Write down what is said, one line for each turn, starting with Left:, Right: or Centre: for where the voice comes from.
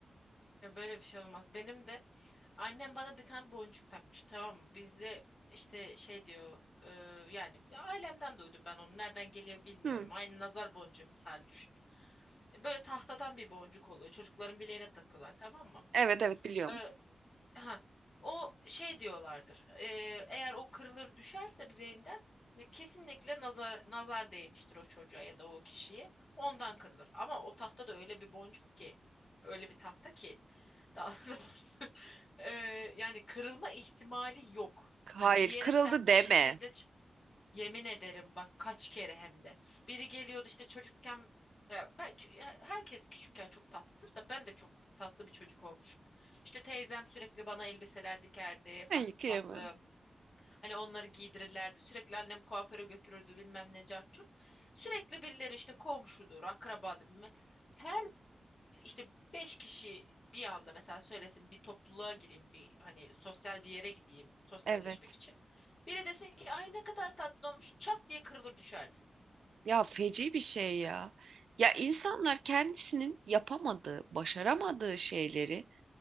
Left: Ya böyle bir şey olmaz. Benim de annem bana bir tane boncuk takmış tamam mı? Bizde işte şey diyor e, yani ailemden duydum ben onu. Nereden geliyor bilmiyorum.
Right: Hı,
Left: Aynı nazar boncuğu misal düşün. Böyle tahtadan bir boncuk oluyor. Çocukların bileğine takıyorlar tamam mı?
Right: evet evet biliyorum.
Left: E, ha o şey diyorlardır. Ee, eğer o kırılır düşerse bileğinden e, kesinlikle nazar nazar değmiştir o çocuğa ya da o kişiye. Ondan kırılır. Ama o tahta da öyle bir boncuk ki öyle bir tahta ki daha <laughs> doğrusu, ee, yani kırılma ihtimali yok.
Right: Hayır
Left: Hani bir yere
Right: kırıldı
Left: sert
Right: deme.
Left: bir şekilde Yemin ederim bak kaç kere hem de. Biri geliyordu işte çocukken ya ben çünkü her- herkes küçükken çok tatlıdır da ben de çok tatlı bir çocuk olmuşum. İşte teyzem sürekli bana elbiseler dikerdi,
Right: Hayır
Left: farklı
Right: kıyamam.
Left: farklı. Hani onları giydirirlerdi. Sürekli annem kuaföre götürürdü bilmem ne cart curt. Sürekli birileri işte komşudur, akrabadır. bilmem- Her işte beş kişi bir anda mesela söylesin bir topluluğa gireyim bir hani sosyal bir yere gideyim sosyalleşmek
Right: Evet.
Left: için. Biri desin ki ay ne kadar tatlı olmuş çat diye kırılır düşerdi.
Right: Ya feci bir şey ya. Ya insanlar kendisinin yapamadığı, başaramadığı şeyleri